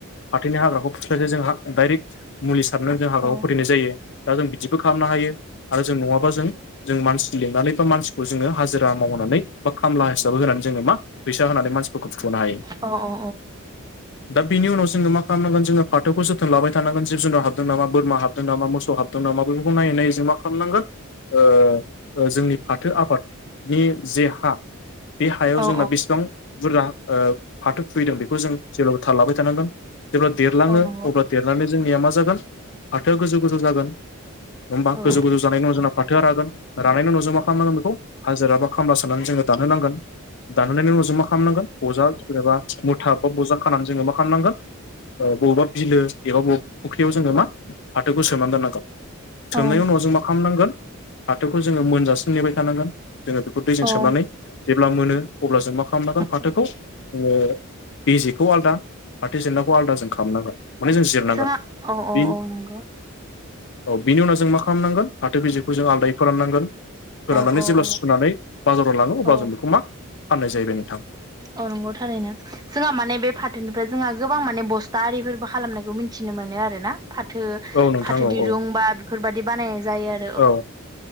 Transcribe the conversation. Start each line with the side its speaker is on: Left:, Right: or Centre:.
Left: हाथोनि हाग्राखौ फुस्लायलाय जों दाइरेक्ट मुलि सारनानै जों हाग्राखौ
Right: औ
Left: फोथनाय जायो दा जों बिदिबो खालामनो हायो आरो जों नङाबा जों जों मानसि लिंनानै बा मानसिखौ जोङो हाजिरा मावनानै बा खामला हिसाबै होनानै जोङो मा फैसा होनानै मानसिफोरखौ फुहोनो हायो
Right: औ
Left: दा बिनि उनाव जोङो मा खालामनांगोन जोङो फाथोखौ जोथोन लाबाय थानांगोन जिब जुनार हाबदों नामा बोरमा हाबदों नामा मोसौ हाबदों दों माबा बेफोरखौ नायै नायै जों मा खालामनांगोन ओ ओ जोंनि फाथो आबादनि जे हा बे हायाव
Right: औ
Left: जोंना बेसेबां बुरजा ओ फाथो खुैदों बेखौ जों जेब्लाबो थाल लाबाय थानांगोन जेब्ला देरलाङो
Right: औ नंगौ
Left: अब्ला देरनानै जोंनिख मा जागोन फाथो गोजौ गोजौ जागोन होमबा
Right: औ
Left: गोजौ गोजौ जानायनि उनाव जोंना फाथोआ रागोन रानायनि उनाव जों मा खालामनांगोन बेखौ हाजिर बा खामला साननानै जोङो दान होनांगोन दानहोनायनायनि उनाव जों मा खालामनांगोन बजा एबा मुथा बा बुथ बबेबा बिलो एबा बबेबा फुख्रिआव जोङो मा फाथोखौ सोमानै दोननांगौ
Right: औ
Left: सोमनायनि उनाव जों मा खालामनांगोन फाथोखौ जोङो मोनजासिम नेबाय थानांगोन जोङो बेखौ दैजों
Right: औ
Left: सोमनानै
Right: औ
Left: जेब्ला मोनो अब्ला जों मा खालाम खालामनांगोन फाथोखौ
Right: औ
Left: ओ बेजेखौ आलदा पाथो जेननाखौ आलदासो खालामनांगोन माने जों जिरनांगोन
Right: जोंहा औ औ
Left: बि
Right: औ नंगौ
Left: औ बिनि उनाव जों मा खालामनांगोन फाथो बेजेखौ जों आलादायै फोराननांगोन फोराननानै
Right: औ औ
Left: जेब्ला
Right: औ
Left: सुनानै बाजाराव लाङो अब्ला
Right: औ
Left: जों बेखौ मा फाननाय जाहयैबाय नोंथां
Right: औ नंगौ थारैनो जोंहा माने बे फाथोनिफ्राय जोंहा गोबां माने बस्था आरिफोरबो खालामनायखौ मिथि मोनथिनो मोनो आरो ना फाथो
Left: औ नोंथां
Right: फाथो
Left: औ
Right: दिरुं
Left: औ
Right: बा बेफोरबादि बानायनाय जायो आरो
Left: औ